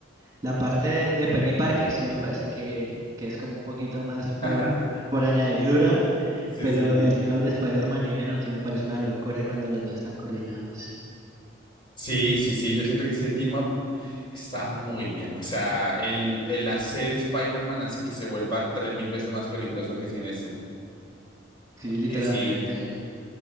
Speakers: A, on the right; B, on the left.
A: La parte de, de Penny Parker sí me parece que, que es como un poquito más por,
B: <laughs>
A: por añadidura,
B: Sí,
A: pero
B: sí, sí.
A: el team up de Spider-Man y Venom sí me parece una locura cuando los dos están coordinados.
B: Sí, sí, sí, sí, yo siento que ese team up Está muy bien. O sea, el, el hacer Spider-Man hace que se vuelva tres mil veces más peligroso que sin ese
A: Sí, literalmente.
B: que si,